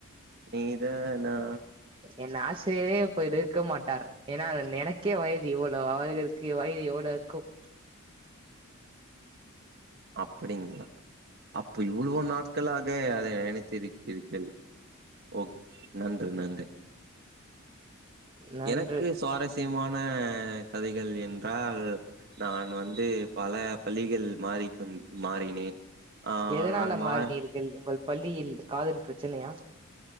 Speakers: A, on the right (about 50°); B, on the right (about 25°).
A: நீத நா
B: என் ஆசிரியரே இப்ப இருக்க மாட்டார் ஏன்னா எனக்கே வயது இவ்ளோ அவர்களுக்கு வய யது எவ்ளோ இருக்கும்
A: அப்டிங்களா அப்ப இவ்ளோ நாட்களாக அதை நினைத்திருக் கிறீர்கள் ஓக் நன்று நன்று
B: நன்று
A: எனக்கு சுவாரஸ்யமான அ கதைகள் என்றால் நான் வந்து பல பள்ளிகள் மாறி கல் மாறினேன்
B: எதனால
A: நான்
B: மாறினீர்கள்
A: மா
B: உங்கள் பள்ளியில் காதல் ப்ரச்சனையா